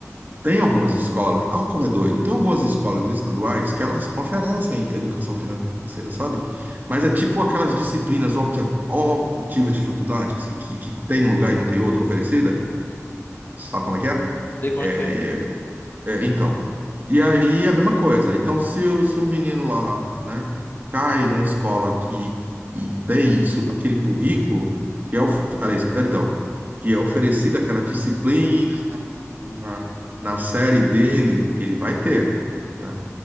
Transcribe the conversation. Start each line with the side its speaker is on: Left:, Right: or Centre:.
Right: tem algumas escolas, ah, como é doido, tem algumas escolas estaduais que elas oferecem educação financeira, sabe? Mas é tipo aquelas disciplinas opta- optativas de faculdade que, que, que tem num lugar e não tem outro oferecida, sabe como é que é?
Left: Sei como
Right: É,
Left: é que é.
Right: É, então. E aí é a mesma coisa. Então, se, o- se o menino lá, né, cai numa escola que, que tem isso, naquele currículo, que é, of- aliás, perdão, que é oferecida aquela disciplina na, na série dele, ele vai ter, né?